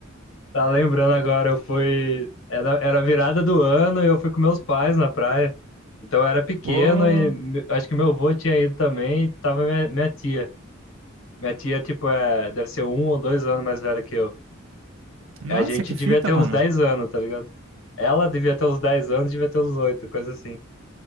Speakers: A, on the left; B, on the right.
A: tá lembrando agora, eu fui, era, era virada do ano e eu fui com meus pais na praia. Então eu era pequeno
B: Pô,
A: e me- acho que meu avô tinha ido também e tava minha, minha tia. Minha tia, tipo, é, deve ser um ou dois anos mais velha que eu.
B: nossa,
A: A gente
B: que
A: devia
B: fita,
A: ter
B: mano.
A: uns 10 anos, tá ligado? Ela devia ter uns 10 anos, devia ter uns 8, coisa assim.